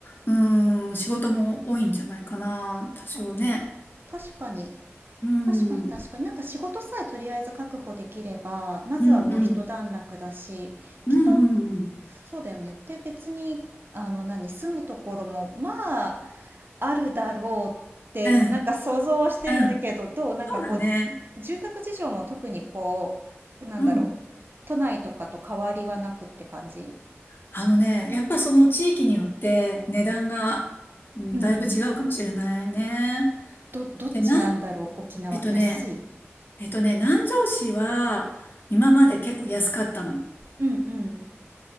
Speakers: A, on the left; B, on the right.
A: うーん、仕事も多いんじゃないかな、多少ね。
B: あ、確かに。
A: うん、
B: 確かに確かに。
A: うん、
B: なんか仕事さえとりあえず確保できれば、まずはもう一段落だし、
A: うん、うん、
B: きっと
A: うん、
B: そうだよね。で、別に、あの、何、住むところも、まあ、あるだろうって、
A: うん、
B: なんか想像はしてるんだけど、
A: うん、
B: どうなんかこう、
A: そうだね。
B: じ住宅事情も特にこう、なんだろう、
A: うん。
B: 都内とかと変わりはなくって感じ
A: あのね、やっぱその地域によって値段が、うん、
B: うんうん。
A: だいぶ違うかもしれないね。
B: ど、どっちなんだろう、
A: で、な、
B: 沖縄。
A: えっとね、
B: 安い。
A: えっとね、南城市は今まで結構安かったの。
B: うんうん。